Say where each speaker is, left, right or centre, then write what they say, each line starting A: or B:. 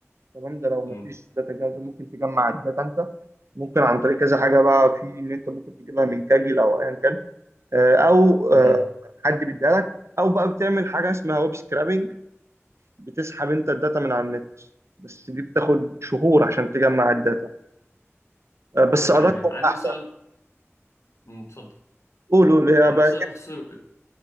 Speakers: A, on the right; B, on the left.
A: تمام ده لو مفيش
B: مم.
A: داتا جاهزه ممكن تجمع الداتا انت ممكن عن طريق كذا حاجه بقى في ان انت ممكن تجيبها من كاجل او ايا كان آه، او
B: مهم.
A: آه، حد بيديها لك او بقى بتعمل حاجه اسمها ويب سكرابنج بتسحب انت الداتا من على النت بس دي بتاخد شهور عشان تجمع الداتا آه، بس
B: طب
A: ادق
B: يعني
A: واحدى
B: عندي سؤال مم، اتفضل
A: قولوا اللي هي
B: عندي
A: بقى
B: سؤال
A: إيه؟
B: بخصوص ال-